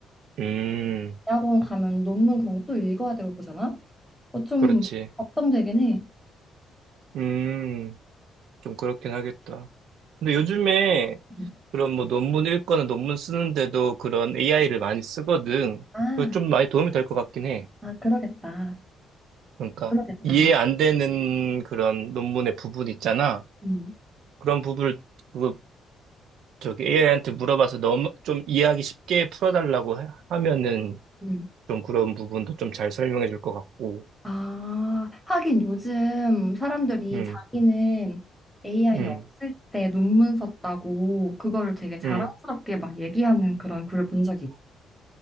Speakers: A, on the right; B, in the centre.
A: 음,
B: 대학원 가면 논문 그런 거 또 읽어야 되고 보잖아. 어, 좀
A: 그렇지.
B: 걱정되긴 해.
A: 음, 좀 그렇긴 하겠다. 근데 요즘에
B: 음.
A: 그런 뭐 논문 읽거나 논문 쓰는데도 그런 AI를 많이 쓰거든.
B: 아,
A: 그거 좀 많이 도움이 될 것 같긴 해.
B: 아, 그러겠다.
A: 그러니까
B: 그러겠다.
A: 이해 안 되는 그런 논문의 부분 있잖아.
B: 음,
A: 그런 부분을 그 저기 AI한테 물어봐서 너무 좀 이해하기 쉽게 풀어달라고 하- 하면은
B: 음.
A: 좀 그런 부분도 좀 잘 설명해 줄 것 같고.
B: 아, 하긴 요즘 사람들이
A: 음,
B: 자기는 AI
A: 음,
B: 없을 때 논문 썼다고 그거를 되게 자랑스럽게
A: 음.
B: 막 얘기하는 그런 글을 본 적이 있어.